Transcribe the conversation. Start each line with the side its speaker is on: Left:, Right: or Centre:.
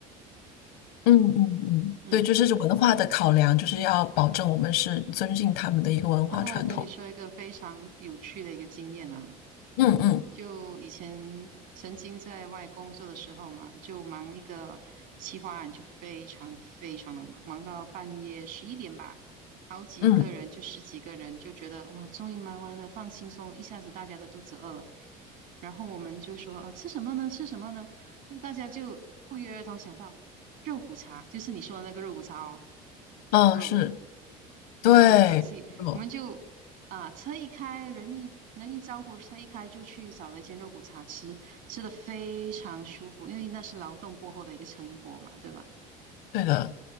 Left: 嗯嗯嗯，
Right: 嗯。
Left: 对，就是文化的考量，就是要保证我们是尊敬他们的一个文化传统。
Right: 不过我跟你说一个非常有趣的一个经验啊，
Left: 嗯嗯
Right: 就以前曾经在外工作的时候嘛，就忙一个企划案，就非常非常的忙，忙到半夜十一点吧，好几个人就十几个人就觉得哇，
Left: 嗯
Right: 终于忙完了，放轻松了一下子大家都肚子饿了，然后我们就说啊，吃什么呢？吃什么呢？大家就不约而同想到肉骨茶，就是你说的那个肉骨茶哦，
Left: 嗯，
Right: 猪肉的。
Left: 是，对，
Right: 然后没有关系，
Left: 肉，
Right: 我们就啊、车一开，人一人一招呼，车一开就去找了一间肉骨茶吃，吃的非常舒服，因为那是劳动过后的一个成果嘛，对吧？
Left: 对的。